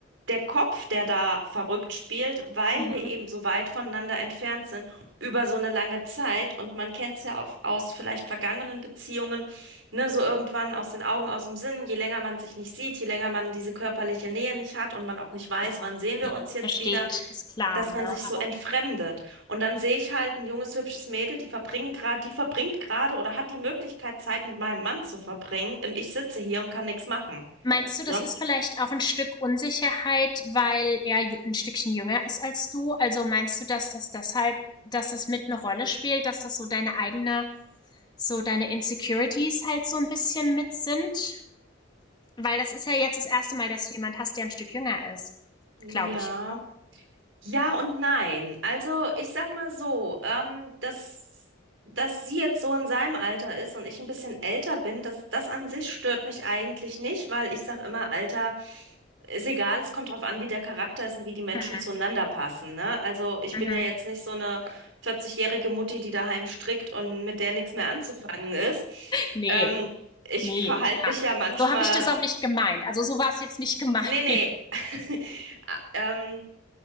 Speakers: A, on the right (about 75°); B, on the left (about 25°).
A: der Kopf, der da verrückt spielt, weil
B: Mhm.
A: wir eben so weit voneinander entfernt sind über so eine lange Zeit und man kennt es ja auf, aus vielleicht vergangenen Beziehungen, ne, so irgendwann aus den Augen, aus dem Sinn, je länger man sich nicht sieht, je länger man diese körperliche Nähe nicht hat und man auch nicht weiß,
B: Ja.
A: wann sehen wir
B: Nee,
A: uns jetzt
B: verstehe
A: wieder,
B: ich, ist klar,
A: dass
B: ne?
A: man sich so
B: Aber
A: entfremdet. Und dann sehe ich halt ein junges, hübsches Mädel, die verbringen gerade, die verbringt gerade oder hat die Möglichkeit, Zeit mit meinem Mann zu verbringen und ich sitze hier und kann nichts machen.
B: meinst du, das
A: Ne?
B: ist vielleicht auch ein Stück Unsicherheit, weil er jü- ein Stückchen jünger ist als du? Also meinst du, dass das deshalb, dass das mit eine Rolle spielt, dass das so deine eigene, so deine Insecurities halt so ein bisschen mit sind? Weil das ist ja jetzt das erste Mal, dass du jemand hast, der ein Stück jünger ist.
A: Ja.
B: Glaube ich, oder?
A: Ja und nein. Also ich sag mal so, ähm, dass, dass sie jetzt so in seinem Alter ist und ich ein bisschen älter bin, das, das an sich stört mich eigentlich nicht, weil ich sag immer, Alter ist egal, es kommt drauf an, wie der Charakter ist und wie die Menschen
B: Mhm.
A: zueinander passen, ne? Also ich
B: Mhm.
A: bin ja jetzt nicht so eine 40-jährige Mutti, die daheim strickt und mit der nichts mehr anzufangen ist.
B: Nee,
A: Ähm, ich
B: nee,
A: verhalte
B: klar.
A: mich ja manchmal.
B: So habe ich das auch nicht gemeint. Also so war es jetzt nicht gemeint.
A: Nee,
B: <laughs>
A: nee. <laughs> Ah, Ähm,